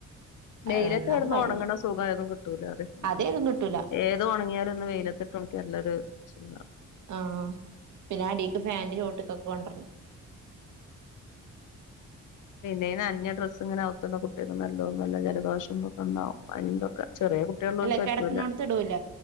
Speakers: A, on the left; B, on the right.
A: വെയിലത്ത്
B: അത് എന്നാലും
A: കെടന്ന്
B: വല്യ
A: ഒണങ്ങണ സുകേതും കിട്ടൂലാത് മ്മക്ക്
B: അതേതും കിട്ടൂല
A: ഏ ത് ഒണങ്യാലൊന്ന് വെയിലത്തിട്ടൊണക്യാലൊര് സുഖാ
B: ആഹ് പിന്നടീക്ക് ഫാന്റെ ചോട്ട്കൊക്കെ കൊണ്ട <unintelligible>
A: പിന്നെയീ നന്ഞ ഡ്രസ്സ് ങ്ങനെ ആത്തൊണ്ടാ കുട്ട്യക്ക് നല്ലോന്നല്ല ജലദോഷംതൊക്കെണ്ടാവും പനിതൊക്കെ ചെറ്യേ കു ട്ട്യള്ളോൽക്ക്
B: അല്ല
A: പറ്റൂല
B: കെടക്കണോടത്ത് ഇടൂല